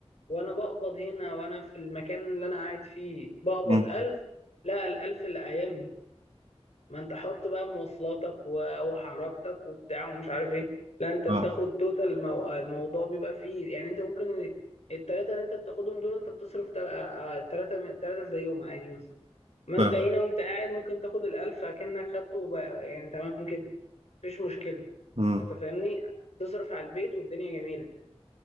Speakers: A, on the left; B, on the right.
A: وانا بقبض هنا وانا في المكان اللي انا قاعد فيه بقبض
B: امم
A: 1000 لا ال 1000 اللي قايمني ما انت حط بقى مواصلاتك و- وحركتك وبتاع ومش عارف ايه لا انت بتاخد
B: اه
A: توتال المو... الموضوع بيبقى فيه يعني انت ممكن التلاتة اللي انت بتاخدهم دول انت بتصرف تل- آه، تلاتة من- تلاتة زيهم عادي مثلا ما
B: فاهم
A: انت هنا وانت قاعد ممكن تاخد الألف أكنك خدته وبقى يعني تمام كده مفيش مشكله
B: مم.
A: انت فاهمني تصرف على البيت والدنيا جميله